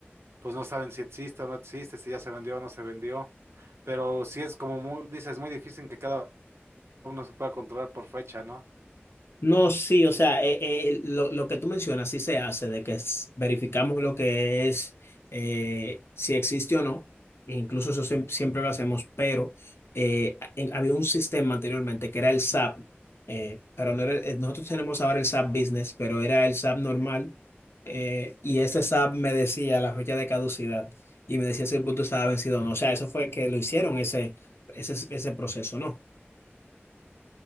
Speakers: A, on the right; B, on the left.
A: pues no saben si existe o no existe, si ya se vendió o no se vendió. Pero sí es como muy, dices, muy difícil que cada uno se pueda controlar por fecha, ¿no?
B: No, sí, o sea, eh, eh, lo, lo que tú mencionas sí se hace, de que s- verificamos lo que es, eh, si existe o no, e incluso eso siem- siempre lo hacemos, pero eh, en- había un sistema anteriormente que era el SAP, eh, pero no era, eh, nosotros tenemos ahora el SAP Business, pero era el SAP normal, eh, y ese SAP me decía la fecha de caducidad y me decía si el producto estaba vencido o no, o sea, eso fue que lo hicieron ese, ese, ese proceso, ¿no?